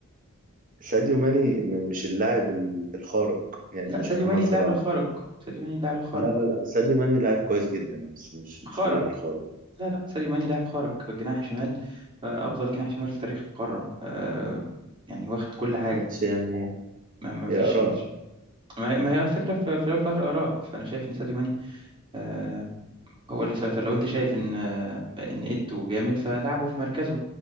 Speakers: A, on the right; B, on the right.
A: ساديو ماني م- مش اللاعب ال- الخارق يعني
B: لا
A: مش
B: ساديو
A: محمد
B: ماني اللاعب
A: صلاح
B: الخارق ساديو ماني اللاعب الخارق
A: لا لا لا ساديو ماني لاعب كويس جدا بس مش مش
B: خارق
A: اللاعب الخارق
B: لا لا ساديو ماني لاعب خارق جناح شمال آه، افضل جناح شمال في تاريخ القارة آه، يعني واخد كل حاجة
A: ماشي يعني
B: ما ما فيش
A: يا اراء
B: ما هي ما هي الفكرة في في الأول وفي الآخر آراء فأنا شايف إن ساديو ماني آه هو اللي سيطر لو أنت شايف إن آه إن إيتو جامد فلعبه في مركزه